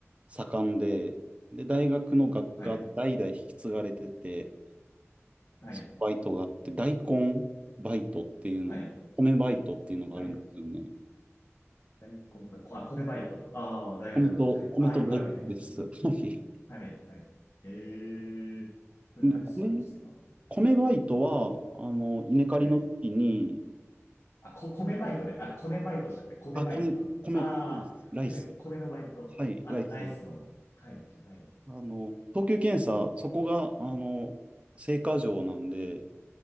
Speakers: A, on the right (about 25°); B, on the left (about 60°).
A: 盛んで、で、大学の学科代々引き継がれてて、
B: はい、はい、
A: そのバイトがあって、大根バイトっていうの、
B: はい、
A: 米バイトっていうのがあるんですよね。
B: 大、大根バイト。あ、コネバイト。ああ、大学の。
A: 米と、
B: はい。
A: 米と大根です。
B: ああ、よくある。
A: はい。
B: はい、はい。ええこれ何するんですか
A: 米米バイトは、あの、稲刈りの時に、
B: はい。あ、こ、米バイトで、あ、米バイトじゃなくて、米バイト。
A: あ、米、米、
B: ああ、
A: 米です。ライス。
B: 米、米のバイト。
A: はい、
B: あ、
A: ライスです。
B: ライスの。はい、はい、
A: あの、等級検査、そこが、あの、青果場なんで、